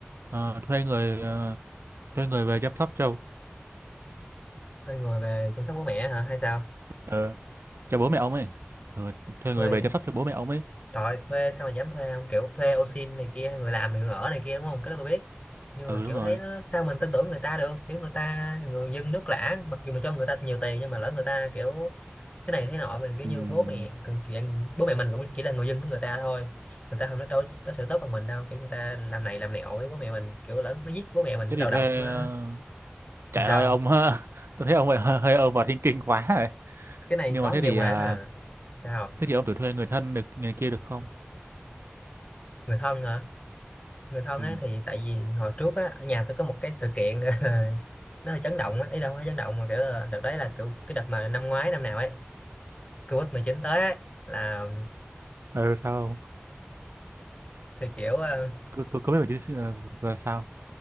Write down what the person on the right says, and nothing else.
ờ, thuê người ờ, thuê người về chăm sóc cho
ờ, cho bố mẹ ông ấy. Ừ, thuê người
về chăm sóc cho bố mẹ ông ấy.
Ừ
đúng rồi.
Ừm,
thế
thì
thuê
ờ, trời
ơi ông <laughs> Tôi thấy ông hơi hơi over thinking quá rồi.
Nhưng
mà thế
thì
ờ,
thế thì ông thử thuê người thân được người kia được không?
Ừ.
Ừ sao không?
Cứ cứ cứ biết mình chứ ờ, sao?